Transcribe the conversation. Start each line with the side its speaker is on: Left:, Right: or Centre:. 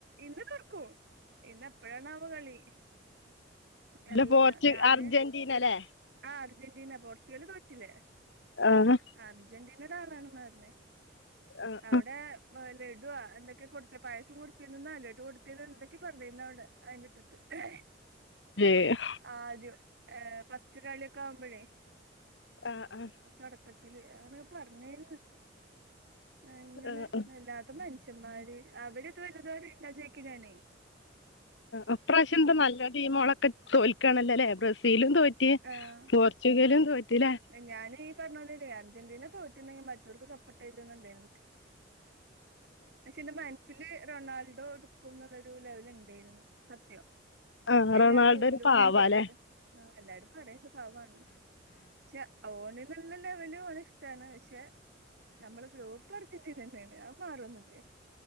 Right: ഇന്ന് തൊർക്കും ഇന്ന് എപ്പഴാണാവോ കളി.
Left: ഇല്ല
Right: അറിയില്ല
Left: പോർച്ച്
Right: ഞാന്
Left: അർജന്റീനല്ലേ
Right: ആ അർജന്റീന പോർച്ചുഗല് തോറ്റില്ലേ.
Left: ആഹാ
Right: അർജന്റീനയുടെ ആളാണെന്നാ പറഞ്ഞേ
Left: ആഹ്
Right: അവ്ടെ. ലഡുവാ എന്തൊക്കെയാ കൊടുത്തെ പായസം കൊടുത്തീന്ഔന്നാ ലഡ്ഡു കൊടുത്തീന്ന് എന്തെക്കെ പറഞ്ഞീന്ന് അവ്ടെ അയിന്റെ ട്രിപ്പ്. <unintelligible>
Left: ഏഹ്.
Right: ആദ്യം ഫസ്റ്റ് കളിയൊക്ക ആവുംമ്പഴേ.
Left: ആഹ് ആഹ്.
Right: തൊടക്കത്തില് അങ്ങന പറഞ്ഞീര്ന്ന് അങ്ങനെ
Left: ആഹ്
Right: എല്ലാട് ഇ മനുഷ്യന്മാര് അവര് ഇത് വല്ലതും അറിയിണ്ടാ ചോയിക്കാ ഞാന്
Left: ഇപ്രാവിശ്യം എന്താ നല്ല ടീമോളൊക്കെ തോൽക്കാണല്ലല്ലേ ബ്രസീലും തോ റ്റ്
Right: ആഹ്
Left: പോർച്ചുഗലും തോറ്റ്ലെ
Right: ഞാന് ഈ പറഞ്ഞ പോലല്ലേ അർജന്റീന തോറ്റുണ്ടെങ്കി മറ്റോർക്ക് കപ്പ്ട്ടേര്ന്നുണ്ടാര്ന്നു പക്ഷെ എന്റെ മനസ്സില് റൊണാൾഡോ എടുക്കുന്നുള്ളൊരു ലെവല് ഉണ്ടായിരുന്നു സത്യം
Left: ആഹ്
Right: അത്
Left: റൊണാൾഡോ
Right: ഞാൻ ഗ്രൂപ്പില്
Left: ഒരു പാവാല്ലേ
Right: പറഞപ്പവർക്ക് ആഹ് എല്ലാർക്കും അറിയാ ഇത് പാവാണെന്ന് പക്ഷെ ഓന് ന്നുള്ള ലെവല് ഓനെ ഇഷ്ടാണ് പക്ഷെ പക്ഷെ നമ്മള് ഗ്രൂപ്പ് അർജൻ്റീനന്നാണ് അത് മാറൊന്നുല്ല